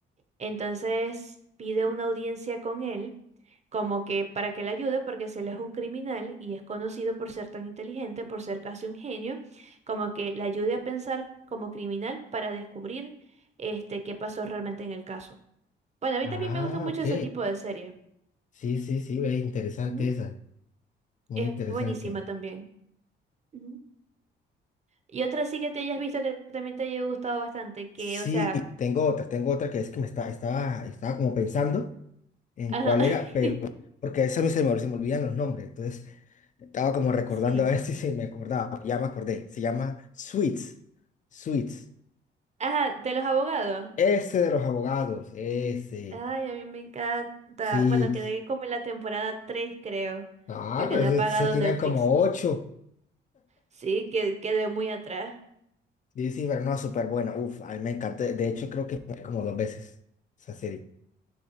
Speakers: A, on the right; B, on the left.
A: Entonces pide una audiencia con él, como que para que le ayude, porque si él es un criminal y es conocido por ser tan inteligente, por ser casi un genio, como que le ayude a pensar como criminal para descubrir este qué pasó realmente en el caso. Bueno, a mí
B: Ah,
A: también me gustan mucho
B: ok.
A: ese tipo de series.
B: Sí, sí, sí, ve, interesante
A: Ujú.
B: esa, muy
A: Es
B: interesante.
A: buenísima también. Ujú. Y otra sí que te hayas visto que también te haya gustado bastante, que,
B: Sí,
A: o sea,
B: tengo otra, tengo otra que es que me está, estaba, estaba como pensando en
A: ajá,
B: cuál
A: <laughs>
B: era, pero porque a veces a mí se me, se me olvidan los nombres, entonces estaba como recordando
A: sí.
B: a ver <laughs> si, si me acordaba, ya me acordé, se llama Sweets, Sweets,
A: Ajá, de los abogados.
B: ese de los abogados, ese,
A: Ay, a mí me encanta.
B: sí,
A: Bueno, quedé como en la temporada 3, creo,
B: ah,
A: porque
B: pero
A: no
B: eso,
A: he pagado
B: eso tiene
A: Netflix.
B: como ocho,
A: Sí, que quedé muy atrás.
B: dice pero no, súper buena, uf, a mí me encanta, de hecho creo que me vi como dos veces esa serie,